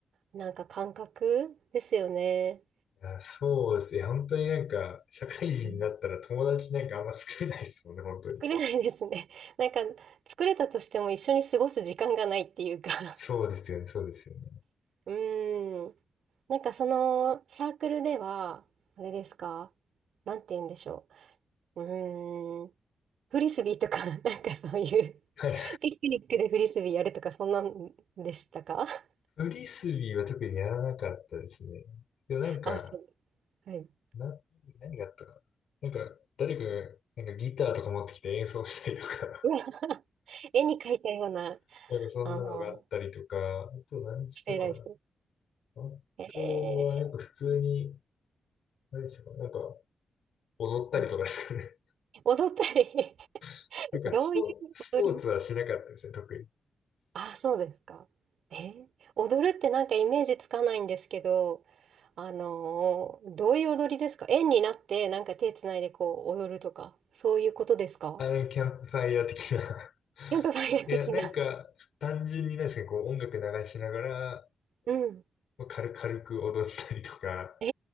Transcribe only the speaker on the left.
あ、そうですね。本当になんか、社会人になったら友達なんかあんま作れないですもんね、
本当に。
そうですよね、そうですよね。
はい
フリスビーは特にやらなかったですね。でもなんか、
な、何があったかな。なんか、誰かが、なんかギターとか持ってきて演奏したりとか、
<laughs> なんかそんなのがあったりとか、
あと何したかな。
あとは、
なんか普通に、何したかな。なんか、踊ったりとかですかね。
<laughs> なんかスポーツ、
スポーツはしなかったですね、特に。
あの、なんかキャンプファイヤー的な。<laughs>
いや、なんか、単純になんですかね、こう音楽流しながら、
まあ軽軽く踊ったりとか、